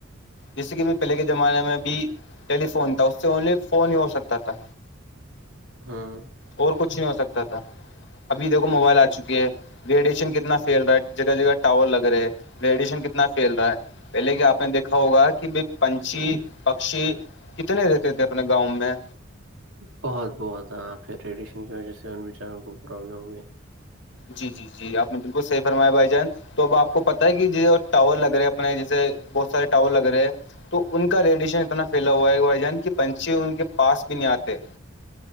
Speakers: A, on the left; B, on the right.
A: جیسے کہ بھی پہلے کے زمانے میں ا بھیھی ٹیلی فون تھا اس سے اونلی فون ہی ہو سکتا تھا
B: ہاں
A: اور کچھ نہیں ہو سکتا تھا ابھی دیکھو موبائل آ چکی ہے ریڈیشن کتنا فھیل رہا ہے جگہ جگہ ٹاور لگ رہے ریڈیشن کتنا پھیل رہا ہے پہلے کہ آپ نے دیکھا ہوگا کہ بائی پنچھی پکشی کتنے رہتے تھے اپنے گاؤں میں
B: بہت بہت ہ پھر ریڈیشن کی وجہ سے ان بیچاروں کو بھی پرابلم ہو گئی
A: جی جی جی آپ نے بالکل صحیح فرمایا بھائی جان تو اب آپ کو پتا ہے کہ ٹاور لگ رہے اپنے جیسے بہت سارے ٹاور لگ رہے ہیں تو ان کا ریڈیشن اتنا پھیلا ہوا ہے کہ بھائی جان کی پنچی ان کے پاس بھی نہیں آتے